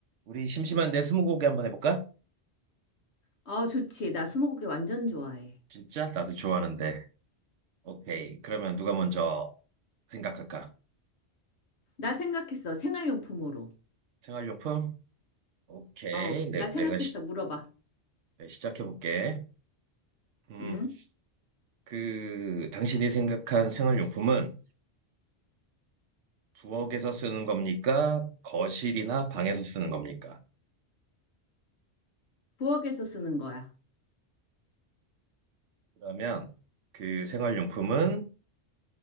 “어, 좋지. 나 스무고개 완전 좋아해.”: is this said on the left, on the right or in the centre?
Left